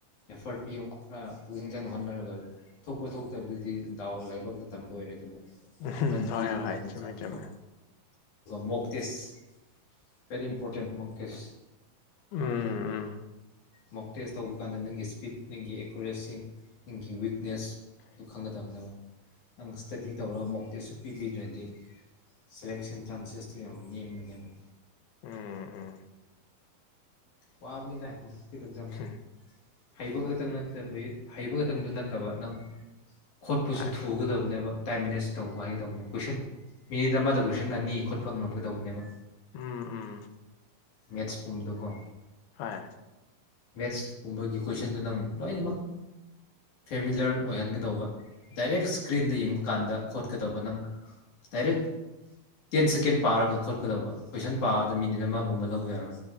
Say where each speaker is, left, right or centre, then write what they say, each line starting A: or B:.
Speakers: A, on the left (about 55°); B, on the left (about 85°).
A: ꯑꯦꯐ꯭ꯔꯠ ꯄꯤꯌꯨ ꯈꯔ ꯄꯨꯛꯅꯤꯡ ꯆꯪꯅ ꯍꯣꯠꯅꯔꯒ ꯊꯣꯛꯄ ꯊꯣꯛꯇꯕꯗꯨꯗꯤ ꯗꯥꯎ ꯂꯥꯏꯕꯛꯇ ꯇꯝꯕ ꯑꯣꯏꯔꯦ ꯑꯗꯨꯕꯨ꯫
B: ꯎꯝ
A: ꯑꯗꯨꯃꯥꯏꯅ ꯄꯤꯒꯗꯕꯅꯦꯕ
B: ꯍꯣꯏ ꯍꯣꯏ
A: ꯑꯦꯛꯖꯥꯝꯗꯤꯀꯣ
B: ꯆꯨꯝꯃꯦ ꯆꯨꯝꯃꯦ꯫
A: Mock test very important mock test.
B: ꯎꯝ ꯎꯝ꯫
A: ꯃꯣꯛ ꯇꯦꯁ ꯇꯧꯕ ꯀꯥꯟꯗ ꯅꯪꯒꯤ ꯁ꯭ꯄꯤꯠ ꯅꯪꯒꯤ ꯑꯦꯀꯨꯔꯦꯁꯤ ꯅꯪꯒꯤ ꯋꯤꯛꯅꯦꯁ ꯑꯗꯨ ꯈꯪꯒꯗꯕꯅꯦ ꯅꯪ ꯁ꯭ꯇꯗꯤ ꯇꯧꯔꯒ ꯃꯣꯛ ꯇꯦꯁꯁꯨ ꯄꯤꯕꯤꯗ꯭ꯔꯗꯤ ꯁꯦꯂꯦꯛꯁꯟ ꯆꯥꯟꯁꯦꯁꯇꯨ ꯌꯥꯝ ꯅꯦꯝꯕꯅꯦꯕ꯫
B: ꯎꯝ ꯎꯝ꯫
A: ꯋꯥꯕꯅꯤꯗ꯫ ꯑꯦꯛꯖꯥꯝꯁꯦ
B: ꯍꯨ
A: ꯍꯩꯕ ꯈꯛꯇꯪ ꯅꯠꯇꯕꯤ ꯍꯩꯕ ꯈꯛꯇꯪꯗꯨ ꯅꯠꯇꯕ ꯅꯪ ꯈꯣꯠꯄꯁꯨ
B: ꯍꯣꯏ
A: ꯊꯨꯒꯗꯕꯅꯦꯕ꯫ ꯇꯥꯏꯝꯃꯦꯅꯦꯁ ꯇꯧꯕ ꯍꯥꯏꯗꯧꯅꯦꯕ ꯀꯣꯏꯁꯟ ꯑꯃꯗ ꯀꯣꯏꯁꯟ ꯑꯅꯤ ꯈꯣꯠꯄ ꯉꯝꯒꯗꯧꯕꯅꯦꯕ꯫
B: ꯎꯝ ꯎꯝ꯫
A: ꯃꯦꯠꯁ ꯄꯨꯝꯗꯨꯒꯣ꯫
B: ꯍꯣꯏ꯫
A: ꯃꯦꯠꯁꯀꯨꯝꯕꯒꯤ ꯀꯣꯏꯁꯟꯗꯨ ꯅꯪ ꯂꯣꯏꯅꯃꯛ ꯐꯦꯃꯤꯂ꯭ꯔ ꯑꯣꯏꯍꯟꯒꯗꯧꯕ ꯗꯥꯏꯔꯦꯛ ꯁꯀ꯭ꯔꯤꯟꯗ ꯌꯦꯡꯕ ꯀꯥꯟꯗ ꯈꯣꯠꯀꯗꯧꯕ ꯅꯪ ꯗꯥꯏꯔꯦꯛ ꯇꯦꯟ ꯁꯦꯀꯦꯟ ꯄꯥꯔꯒ ꯈꯣꯠꯀꯗꯕ ꯀꯣꯏꯁꯟ ꯄꯥꯕꯗ ꯃꯤꯅꯤꯠ ꯑꯃꯒꯨꯝꯕ ꯂꯧꯕ ꯌꯥꯔꯣꯏ꯫